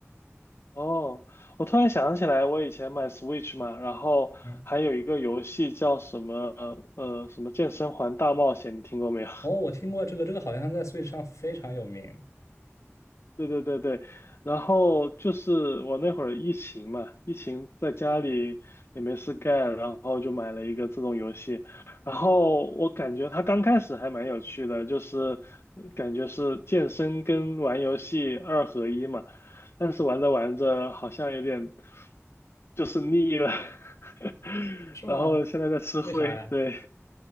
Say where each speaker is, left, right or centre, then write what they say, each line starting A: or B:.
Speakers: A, on the left; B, on the left.
A: 哦，我突然想起来，我以前买 Switch 嘛，然后还有一个游戏叫什么呃什么健身环大冒险，
B: 嗯，
A: 你听过没有？
B: 哦，我听过这个，这个好像在 Switch 上非常有名，
A: 对对对对，然后就是我那会儿疫情嘛，疫情在家里也没事干，然后就买了一个这种游戏，然后我感觉它刚开始还蛮有趣的，就是呃感觉是健身跟玩游戏二合一嘛，但是玩着玩着好像有点就是腻了，<laughs>
B: 是吗？
A: 然后现在在吃灰，
B: 为啥呀？
A: 对，